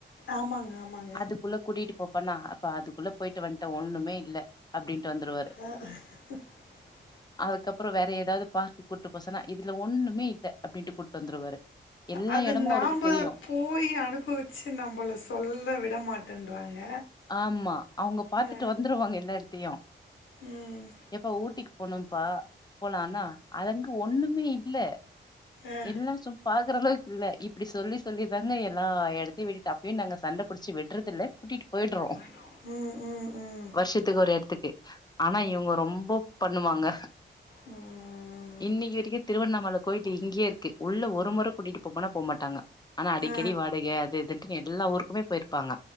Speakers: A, on the left; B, on the left.
A: ஆமாங்க ஆமாங்
B: அதுக்குள்ள கூட்டிட்டு போப்பான்னாங்க பா அதுக்குள்ள போய்ட்டு வந்துட்டே ஒண்ணுமே இல்ல அப்டின் வந்துருவாரு
A: ஆ, <inaudible>
B: அதுக்கப்றோ வேற ஏதாவது பார்க்கு கூட்டு போசோன்னா இதுல ஒண்ணுமே இல்லை அப்டின்ட்டு கூட்டு வந்துருவாரு எல்லா
A: அது
B: எடமோ
A: நாம்
B: அவருக்கு தெரியோ
A: போய் அனுபவிச்சி நம்பள சொல்ல விட மாட்டேன்றாங்க
B: ஆமா அவங்க பாத்துட்டு
A: ஆ.
B: வந்துருவாங்க எல்லா எட்த்தியு
A: ம்
B: எப்போ ஊட்டிக்கு போனோ அப்பா போலான்னா அதங்கு ஒண்ணுமே இல்ல
A: ஆ.
B: எல்லாம் சும் பாக்குற அளவுக்கு இல்ல இப்டி சொல்லி சொல்லிதாங்க எல்லா எடத்தயோ விட்டுட்டா டின்நாங்க சண்டபுட்சி விட்ரதில்ல கூட்டிட் போயிட்றோ
A: ம் ம் ம்
B: வர்ஷத்துக்கு ஒரு எட்த்துக்கு ஆனா இவங்க ரொம்ப பண்ணுவாங்க
A: ம்,
B: இன்னிக்கு வரைக்கும் திருவண்ணாமல போயிட்டு இருக்கு உள்ள ஒரு முற கூட்டிட்டு போம்மனா போ மாட்டாங்க ஆனா அடிக்கடி
A: ஆ,
B: வாடக அது இதுண்டு எல்லா ஊருக்குமே போயிருப்பாங்க